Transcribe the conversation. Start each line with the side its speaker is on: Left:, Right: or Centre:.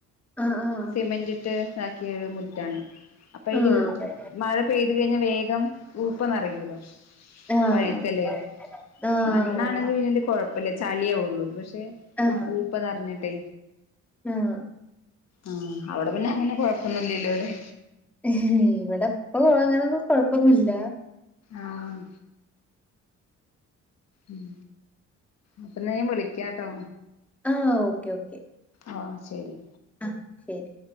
Centre: ആഹ് ആഹ്
Left: സിമെന്റിട്ട് ഇതാക്കിയ ഒരു മുറ്റാണ് അപ്പൊ അയില്
Centre: ആഹ്
Left: മഴ പെയ്തി ത് കഴിഞ്ഞ വേഗം ഉപ്പനെറയൂല്ലൊ
Centre: ആഹ്
Left: വഴുക്കല്
Centre: ആഹ്
Left: മണ്ണാണെങ്കി പിന്നല് കൊഴപ്പില്ല ചളിയെ ആവുള്ളൂ ഇത് പക്ഷെ
Centre: ആഹ്
Left: ഊപ്പ നെറഞ്ഞിട്ടെ
Centre: ആഹ്
Left: ആഹ് അവിടെ പിന്നെ അങ്ങനെ കൊഴപ്പൊന്നില്ലല്ലോലെ
Centre: ഇവിടിപ്പം അങ്ങനൊന്നും കൊഴപ്പൊന്നുല്ല
Left: ആഹ് ഉം അപ്പന്ന ഞാ വിളിക്കാട്ടോ
Centre: ആഹ് ഓക്കെ ഓക്കെ
Left: ഓ ശരി
Centre: ആഹ് ശരി